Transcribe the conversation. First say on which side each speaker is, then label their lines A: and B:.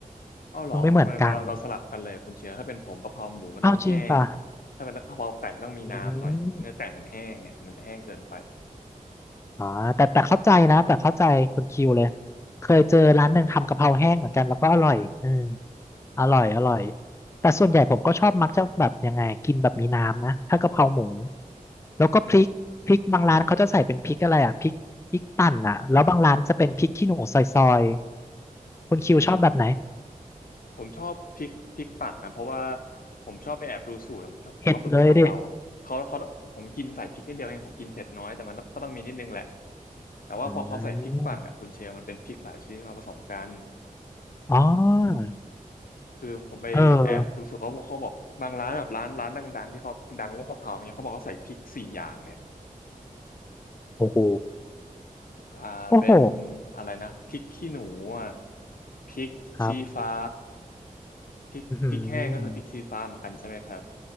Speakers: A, on the left; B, on the left.
A: อ้อเหรอเราเราเราสลับกันเลยคุณเชลถ้าเป็นผมกะเพราหมูมันต้องแห้ง
B: มันไม่เหมือนกัน อ้าวจริงป่ะ
A: ถ้าเป็นกะเพราไก่มันต้องมีน้ำหน่อยเนื้อไก่มันแห้งไงมันจะแห้งเกินไป
B: อืมอ๋อแต่แต่เข้าใจนะ แต่เข้าใจคุณคิวเลย เคยเจอร้านหนึ่งทำกะเพราแห้งเหมือนกันแล้วก็อร่อยเออ อร่อยอร่อยแต่ส่วนใหญ่ผมก็ชอบมักจะแบบยังไงกินแบบมีน้ำนะถ้ากะเพราหมูแล้วก็พริกพริกบางร้านเขาจะใส่เป็นพริกอะไรอ่ะพริกพริกปั่นอ่ะแล้วบางร้านจะเป็นพริกขี้หนูซอยๆคุณคิวชอบแบบไหน
A: ผมชอบพริกพริกปั่นนะเพราะว่าผมชอบไปแอบดูสูตรผมชอบผมก็ฝึกทำกะเพรา
B: เผ็ดเลยดิ
A: เขาเขาผมกินใส่พริกนิดเดียวเองผมกินเผ็ดน้อยแต่มันต้องก็ต้องมีนิดนึงแหละแต่ว่าพอเขาใส่พริกปั่นอ่ะคุณเชลมันเป็นพริกหลายชนิดมาผสมกัน
B: อืมอ๋อ
A: คือผมไปแอบดูสูตรเขาเพราะเขาบอกบางร้านแบบร้านร้านดังๆที่เขาดังเรื่องกะเพราเนี่ยเขาบอกเขาใส่พริกสี่อย่างเนี่ย
B: เออโอ้โห
A: อ่าเป็น
B: โอ้โห
A: อะไรนะพริกขี้หนูอ่ะพริกชี้ฟ้า
B: ครับ
A: พริกพริกแห้งก็คือพริกชี้ฟ้าเหมือนกันใช่ไหมครับ
B: อืม